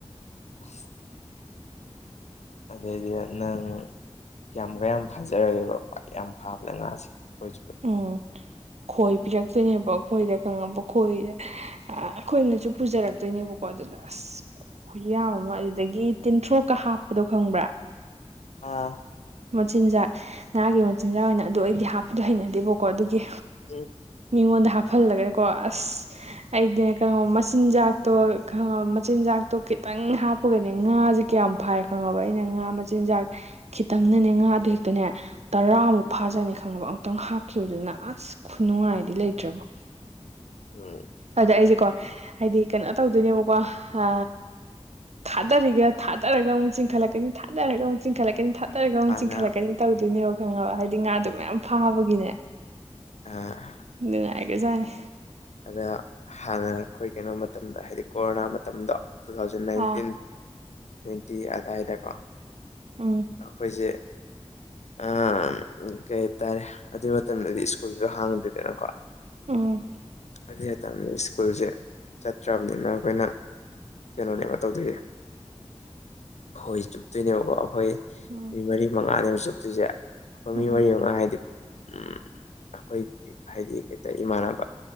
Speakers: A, on the left; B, on the right.
A: <inaudible> ꯑꯗꯩꯗꯨꯗ ꯅꯪ ꯀꯌꯥꯝ ꯃꯨꯛꯀ ꯌꯥꯝ ꯐꯥꯖꯔꯒꯦꯕ ꯈ꯭ꯋꯥꯏ ꯌꯥꯝ ꯐꯥꯕꯗ ꯉꯥꯁꯦ ꯈꯣꯏ ꯆꯨꯞꯄꯗ
B: ꯎꯝ ꯈꯣꯏ ꯄꯤꯔꯛꯇꯣꯏꯅꯦꯕ ꯑꯈꯣꯏꯗ ꯈꯪꯉꯕ ꯈꯣꯏꯗꯦ ꯑꯥ ꯑꯩꯈꯣꯏꯅꯁꯨ ꯄꯨꯖꯔꯛꯇꯣꯏꯅꯦꯕꯀꯣ ꯑꯗꯨꯗ ꯑꯁ ꯈꯨꯌꯥꯝ ꯑꯃ ꯑꯗꯨꯗꯒꯤ ꯇꯤꯟꯊ꯭ꯔꯣꯛꯀ ꯍꯥꯞꯄꯗꯣ ꯈꯪꯕ꯭ꯔꯥ
A: ꯑꯥ
B: ꯃꯆꯤꯟꯖꯥꯛ ꯉꯥꯒꯤ ꯃꯆꯤꯟꯖꯥꯛ ꯑꯣꯏꯅ ꯑꯗꯨ ꯑꯩꯗꯤ ꯍꯥꯞꯄꯗꯤ ꯍꯩꯅꯗꯦꯕꯀꯣ ꯑꯗꯨꯒꯤ
A: ꯎꯝ
B: ꯃꯤꯉꯣꯟꯗ ꯍꯥꯞꯐꯜꯂꯒꯀꯣ ꯑꯁ ꯑꯩꯗꯤꯅꯦ ꯈꯪꯉꯕ ꯃꯆꯤꯟꯖꯥꯛꯇꯣ ꯈꯪꯉꯕ ꯃꯆꯤꯟꯖꯥꯛꯇꯣ ꯈꯤꯇꯪ ꯍꯥꯞ ꯄꯥꯒꯅꯦ ꯉꯥꯁꯦ ꯀꯌꯥꯝ ꯐꯥꯏ ꯈꯪꯉꯕ ꯑꯩꯅ ꯉꯥ ꯃꯆꯤꯟꯖꯥꯛ ꯈꯤꯇꯪꯅꯅꯦ ꯉꯥꯗꯣ ꯍꯦꯛꯇꯅꯦ ꯇꯔꯥꯃꯨꯛ ꯐꯥꯖꯥꯠꯅꯤ ꯈꯪꯉꯕ ꯑꯃꯨꯛꯇꯪ ꯍꯥꯞꯈꯤꯕꯗꯨꯅ ꯑꯁ ꯈꯨꯅꯨꯡꯉꯥꯏꯗꯤ ꯂꯩꯇ꯭ꯔꯣꯕꯣ
A: ꯎꯝ
B: ꯑꯗ ꯑꯩꯖꯦꯀꯣ ꯍꯥꯏꯗꯤ ꯀꯩꯅꯣ ꯇꯧꯗꯣꯏꯅꯦꯕꯀꯣ ꯍꯥ ꯊꯥꯗꯔꯤꯒ ꯊꯥꯗꯔꯒ ꯑꯃꯨꯛ ꯆꯤꯡꯈꯠꯂꯛꯀꯅꯤ ꯊꯥꯗꯔꯒ ꯑꯃꯨꯛ ꯆꯤꯡꯈꯠꯂꯛꯀꯅꯤ ꯊꯥ <unintelligible> ꯑꯃꯨꯛ
A: ꯍꯥꯟꯅ
B: ꯆꯤꯡꯈꯠꯂꯛꯀꯅꯤ ꯇꯧꯗꯣꯏꯅꯦꯕ ꯈꯪꯉꯕ ꯍꯥꯏꯗꯤ ꯉꯥꯗꯣ ꯃꯌꯥꯝ ꯐꯥꯕꯒꯤꯅꯦ
A: ꯑꯥ
B: ꯅꯨꯡꯉꯥꯏꯒꯖꯥꯠꯅꯦ
A: ꯑꯗꯣ ꯍꯥꯟꯅ ꯑꯩꯈꯣꯏ ꯀꯩꯅꯣ ꯃꯇꯝꯗ ꯍꯥꯏꯗꯤ ꯀꯣꯔꯣꯅꯥ ꯃꯇꯝꯗꯣ two thousand nineteen
B: uh
A: twenty ꯑꯗꯥꯏꯗꯀꯣ
B: ꯎꯝ
A: ꯑꯩꯈꯣꯏꯖꯦ ꯑꯝ ꯀꯩ ꯍꯥꯏꯇꯥꯔꯦ ꯑꯗꯨꯏ ꯃꯇꯝꯗꯗꯤ ꯁ꯭ꯀꯨꯜꯁꯨ ꯍꯥꯡꯗꯦꯗꯅꯀꯣ
B: ꯎꯝ
A: ꯑꯗꯨ ꯍꯥꯏꯇꯕꯅꯤ ꯁ꯭ꯀꯨꯜꯁꯦ ꯆꯠꯇ꯭ꯔꯕꯅꯤꯅ ꯑꯩꯈꯣꯏꯅ ꯀꯩꯅꯣꯅꯦꯕ ꯇꯧꯗꯣꯏꯖꯦ ꯈꯣꯏ ꯆꯨꯞꯇꯣꯏꯅꯦꯕ ꯀꯣ ꯑꯩꯈꯣꯏ
B: ꯎꯝ
A: ꯃꯤ ꯃꯔꯤ ꯃꯉꯥꯅꯦꯕ ꯆꯨꯞꯇꯣꯏꯁꯦ ꯑꯩꯈꯣꯏ
B: ꯎꯝ
A: ꯃꯤ ꯃꯔꯤ ꯃꯉꯥ ꯍꯥꯏꯗꯤ ꯎꯝ ꯑꯩꯈꯣꯏꯒꯤ ꯍꯥꯏꯗꯤ <unintelligible> ꯏꯃꯥꯟꯅꯕ